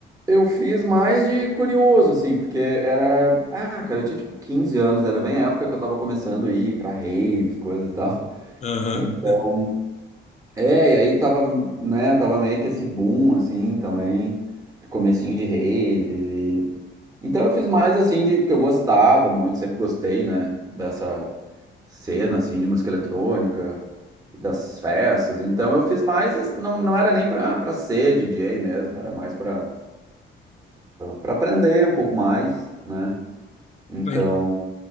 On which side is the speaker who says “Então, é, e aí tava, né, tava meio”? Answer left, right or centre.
Right